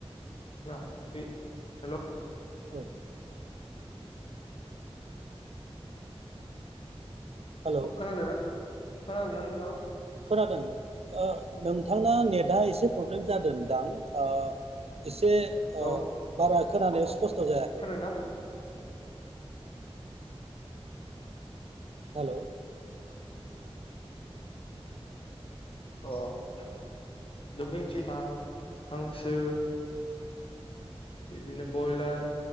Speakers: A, on the left; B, on the right.
A: <unintelligible>
B: औ हेलौ
A: खोनादोंना खोनादोंना नोंथाङा
B: खोनादों ओ नोंथांना नेटआ एसे प्रब्लेम जादोंदां ओ एसे ओ
A: औ
B: बारा खोनानायाव स्पस्थ' जायाखै
A: खोनादोंना
B: हेलौ
A: अ <unintelligible> हांसो बिदिनो बयलार